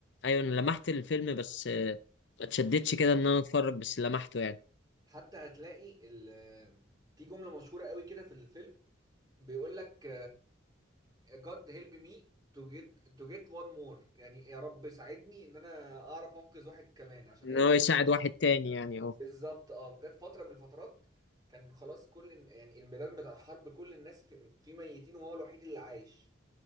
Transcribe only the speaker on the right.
حتى هتلاقي ال آه، في جملة مشهورة قوي كده في الفيلم بيقول لك God help me to get to get one more يعني يا رب ساعدني ان انا اعرف انقذ واحد كمان عشان
هي
بالظبط اه جت فتره من الفترات كان خلاص كل الن- يعني الميدان بتاع الحرب كل الناس في- فيه ميتين وهو الوحيد اللي عايش